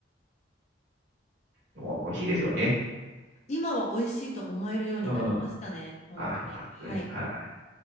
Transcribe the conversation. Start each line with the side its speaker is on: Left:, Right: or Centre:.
Right: でも美味しいですよね。
Left: 今は美味しいと思えるようになりましたね、
Right: うん。
Left: 本当に。
Right: あーよかったです。
Left: はい。
Right: はい。